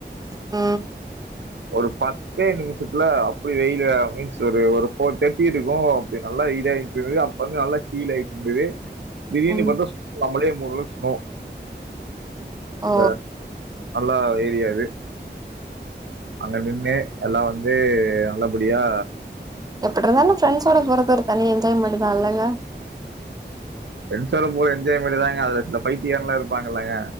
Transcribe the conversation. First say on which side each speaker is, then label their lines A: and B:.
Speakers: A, on the right; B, on the right.
A: அ
B: ஒரு பத்தே நிமிஷத்துல அப்டி வெயில மீன்ஸ் ஒரு ஒரு ஃபோர் தேர்ட்டி இருக்கூ அப்டி நல்லா இத ஆயிட்டு இருந்தது அப்ப வந்து நல்ல ஹீல் ஆயிட்டு இருந்தது பிரியேணி
A: ம்
B: பன்றோ ஸ் நம்மளே மூட்ர ளவுக்கு ஸ்னோ அந்த
A: ஆ
B: நல்லா ஏரியா இது அங்க நின்னு எல்லா வந்து நல்லபடியா
A: எப்படி இருந்தாலும் ஃப்ரெண்ட்ஸோட போறது ஒரு தனி என்ஜாய்மெண்ட் தா இல்லங்க
B: ஃப்ரெண்ட்ஸோட போறது என்ஜாய்மெண்ட் தாங்க அதுல சில பைத்தியக்காரங்களா இருப்பாங்க இல்லங்க